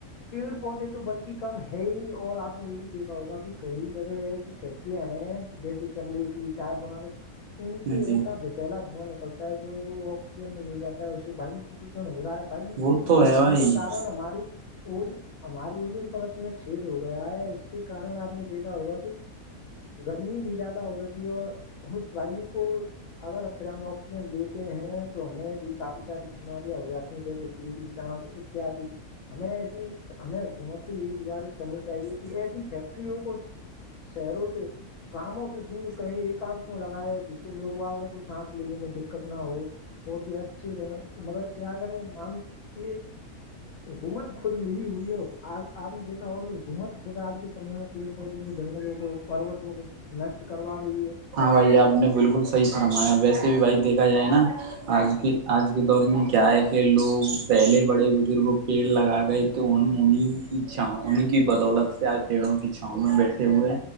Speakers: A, on the left; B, on the right.
A: پیڑ پودے تو بلکہ کم ہے ہی اور آپ نے یہ بھی دیکا ہوگا کہ کئی جگہ ایسی فیکٹریاں ہیں جیسے چمڑے کی ٹر بنانے ان سے
B: جی
A: ایسا دسلا دھواں نکلتا ہے جو آکسیجن میں مل جاتا اس سے واو پردوشن ہو رہا ہے واو پردوشن
B: وہ تو ہے
A: ہونے
B: بھائی
A: کے کن ہماری اج ہمار وجن پرت میں چھید ہو گیا ہے اس کے کن آپ نے دیکھا ہوگا کہ گرمی بھی زیادہ ہو رہی اور اس وایو کو اگر پھر ہم آکسیجن لیتے ہیں تو ہمیں بھی کافی ساری بیماریاں ہو جاتی جیسے ٹی وی سانس اتیادی ہمیں ایسی ہمیں حکومت سے یہ گزارش کرنی چاہیے کہ ایسی فیکٹریوں کو شہروں سے گاؤوں سے دور ت میں لگایا ہے جس سے لوگواوں کو سانس لینے میں دقت نہ ہو اور بھی اچھی رہے مگر کیا کریں مان یہ ہوکومت خود ملی ہوئی ہے آج آپ نے دیکھا ہوا کہ ہوکومت خود آج کے سمے میں پیڑ پودوں کو جنگلوں کو پروتوں کو نشٹ کروا رہی ہے
B: ہاں بھائی آپ نے بالکل صحیح فرمایا ویسے بھی بھائی دیکھا جائے نا آج کی آج کے دور میں کیا ہے لوگ پہلے بڑے بزرگ پیڑ لگا گئے تو ان ان کی چھاون کی بدولت سے آج پیڑوں کی چھاؤ میں بیٹھے ہوئے